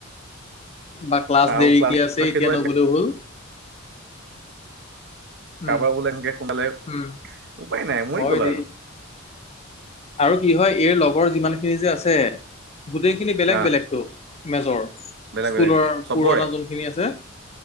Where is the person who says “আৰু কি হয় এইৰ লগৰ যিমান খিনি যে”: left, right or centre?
Left